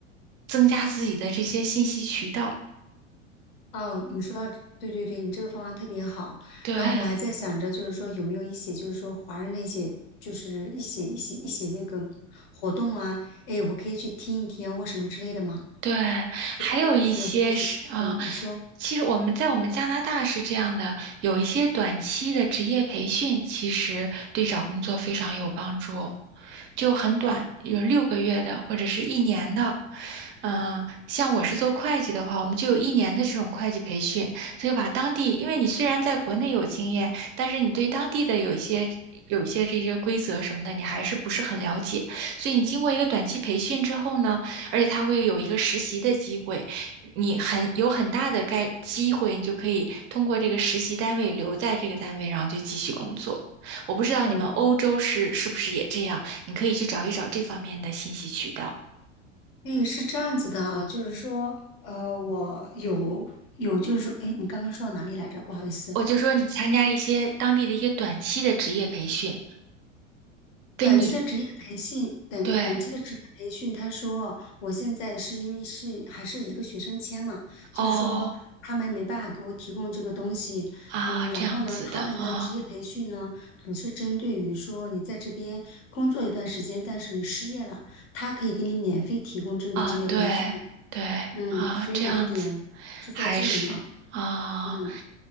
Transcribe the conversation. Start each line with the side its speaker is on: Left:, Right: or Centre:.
Right: 增加自己的这些信息渠道。
Left: 哦，你说到对对对，你这个方法特别好。
Right: 对
Left: 然后我还在想着，就是说有没有一些，就是说华人的一些，就是一些一些一些那个活动啊，哎，我可以去听一听啊或什么之类的嘛。
Right: 对，
Left: 所以就是获取，
Right: 还有一些是啊，
Left: 嗯，你说，
Right: 其实我们在我们加拿大是这样的，有一些短期的职业培训，其实对找工作非常有帮助，就很短，有六个月的或者是一年的。嗯、像我是做会计的话，我们就有一年的这种会计培训，所以把当地，因为你虽然在国内有经验，但是你对当地的有一些有一些这些规则什么的，你还是不是很了解，所以你经过一个短期培训之后呢，而且他会有一个实习的机会，你很有很大的概机会，你就可以通过这个实习单位留在这个单位，然后就继续工作。我不知道你们欧洲是是不是也这样，
Left: 嗯，
Right: 你可以去找一找这方面的信息渠道。
Left: 个是这样子的啊，就是说，呃，我有有，就是说，哎，你刚刚说到哪里来着？不好意思。
Right: 我就说你参加一些当地的一些短期的职业培训，跟你
Left: 短期的职业培训，短短期的职业培训，
Right: 对
Left: 他说我现在是因为是还是一个学生签嘛，就是说他们没办法给我提供这个东西，
Right: 哦啊这样子的啊
Left: 嗯，然后呢，他们的职业培训呢，只是针对于说你在这边工作一段时间，但是你失业了，他可以给你免费提供这个职业培训，
Right: 啊对对啊这样子，
Left: 嗯，所以我的点就在这里嘛，
Right: 还是啊
Left: 嗯。